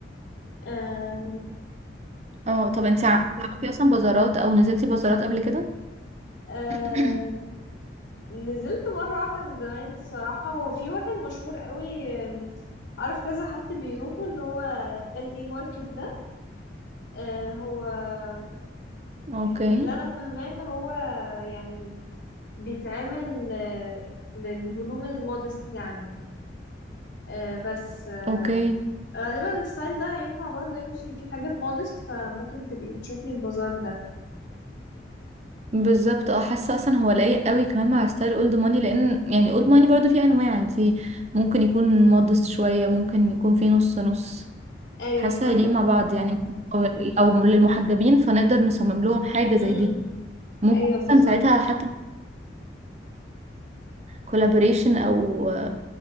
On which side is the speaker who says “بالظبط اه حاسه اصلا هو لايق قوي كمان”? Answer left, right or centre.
Right